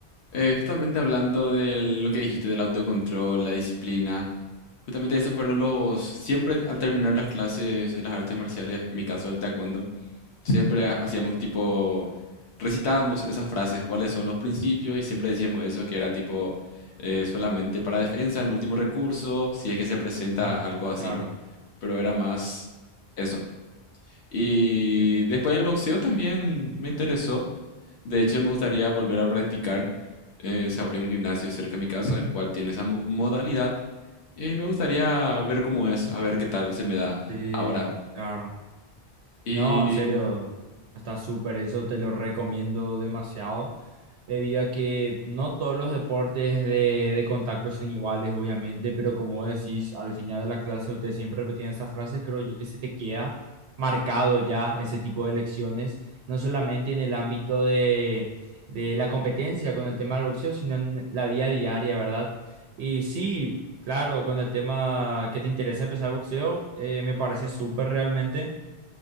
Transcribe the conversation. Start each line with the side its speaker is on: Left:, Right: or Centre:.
Left: Eh, justamente hablando de lo que dijiste del autocontrol, la disciplina. Justamente esos fueron los, siempre al terminar las clases de las artes marciales, en mi caso el taekwondo, siempre ha- hacíamos tipo, recitábamos esas frases, cuáles son los principios y siempre decíamos eso, que era tipo eh, solamente para defensa, en último recurso, si es que se presenta
Right: Ah,
Left: algo así,
Right: Claro,
Left: ¿verdad? Pero era más eso. Y
Right: sí,
Left: después el boxeo también me interesó. De hecho, me gustaría volver a practicar. Eh, se abrió un gimnasio cerca de mi casa, el cual tiene esa mo- modalidad. Y me gustaría ver cómo es, a ver qué tal se me da
Right: sí,
Left: ahora.
Right: claro.
Left: ¿Y
Right: No, en serio, está súper, eso te lo recomiendo demasiado, debido a que no todos los deportes de, de contacto son iguales, obviamente, pero como vos decís, al final de la clase ustedes siempre repetían esas frases, creo yo que se te queda marcado ya ese tipo de lecciones, no solamente en el ámbito de, de la competencia con el tema del boxeo, sino en la vida diaria, ¿verdad? Y sí, claro, con el tema que te interesa empezar boxeo, eh, me parece súper realmente.